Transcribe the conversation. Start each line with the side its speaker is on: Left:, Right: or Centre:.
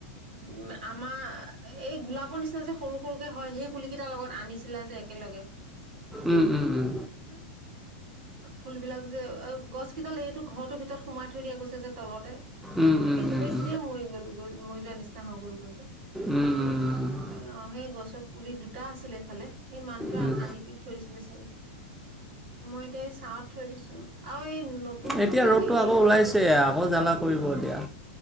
Right: উম, আমাৰ, এই গোলাপৰ নিচিনা যে সৰু সৰুকে হয় সেই পুলি কেইটাৰ লগত আনিছিলা যে একেলগে।
Centre: উম, উম, উম,
Right: <unintelligible> ফুলবিলাক যে, গছ কেইডাল এইটো ঘৰতোৰ ভিতৰত সোমাই থৈ দিয়া গৈছে যে তলতে।
Centre: উম, উম,
Right: একে গোটেইখিনিয়ে
Centre: উম, উম,
Right: মৰি গল গৈ মৰি যোৱাৰ নিচিনা হৈ গল গ'ল যে।
Centre: উম, উম, উম,
Right: অ', সেই গছৰ পুলি দুটা আছিলে এইফালে, সেই মানুটো
Centre: উম।
Right: আনি দি থৈ দিছিলে চাগে। মই এতিয়া এই ছাঁত থৈ দিছো, আৰু এই নতুন
Centre: এতিয়া ৰ'দটো
Right: হেৰি
Centre: আকৌ ওলাইছে আকৌ জ্বালা কৰিব এতিয়া।